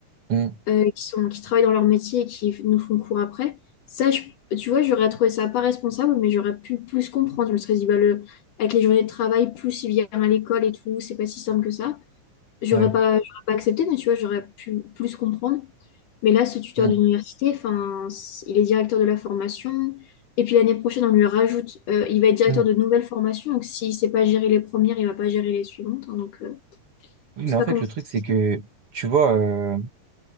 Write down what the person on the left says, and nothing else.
euh, qui sont, qui travaillent dans leur métier et qui nous font cours après. Ça, je- tu vois, j'aurais trouvé ça pas responsable, mais j'aurais pu plus comprendre. Je me serais dit, bah, le, avec les journées de travail, plus il vient à l'école et tout, c'est pas si simple que ça. J'aurais
pas, j'aurais pas accepté, mais tu vois, j'aurais pu plus comprendre. Mais là, ce tuteur
d'université, enfin, c- il est directeur de la formation. Et puis l'année prochaine, on lui rajoute, euh, il va être directeur
de nouvelles formations. Donc s'il ne sait pas gérer les premières, il ne va pas gérer les suivantes. hein. donc, euh,
je sais
pas
comment
ça